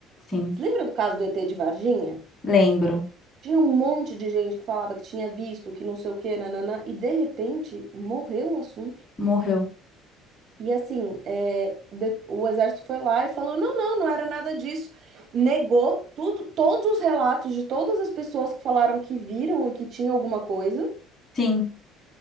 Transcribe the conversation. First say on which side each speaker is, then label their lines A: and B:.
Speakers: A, on the left; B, on the right.
A: Sim,
B: Você lembra do caso do ET de Varginha?
A: lembro.
B: Tinha um monte de gente que falava que tinha visto, que não sei o que, nananã, e de repente morreu o assunto.
A: Morreu.
B: E assim, é, de- o exército foi lá e falou: não, não, não era nada disso. Negou tudo, todos os relatos de todas as pessoas que falaram que viram e que tinha alguma coisa.
A: Sim.